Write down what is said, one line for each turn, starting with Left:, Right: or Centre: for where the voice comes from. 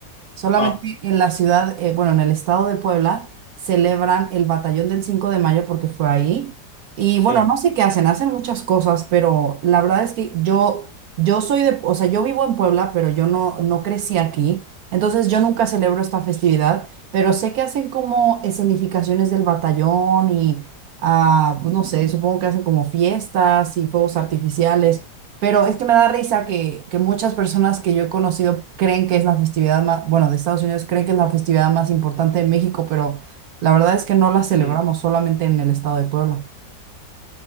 Right: Solamente
Left: Ah,
Right: en la ciudad, eh, bueno, en el estado de Puebla, celebran el Batallón del 5 de mayo porque fue ahí. Y
Left: sí.
Right: bueno, no sé qué hacen, hacen muchas cosas, pero la verdad es que yo, yo soy de, o sea, yo vivo en Puebla, pero yo no, no crecí aquí. Entonces yo nunca celebro esta festividad, pero sé que hacen como escenificaciones del batallón y, ah, pues no sé, supongo que hacen como fiestas y fuegos artificiales. Pero es que me da risa que, que muchas personas que yo he conocido creen que es la festividad más, bueno, de Estados Unidos creen que es la festividad más importante de México, pero la verdad es que no la celebramos
Left: Mm.
Right: solamente en el estado de Puebla.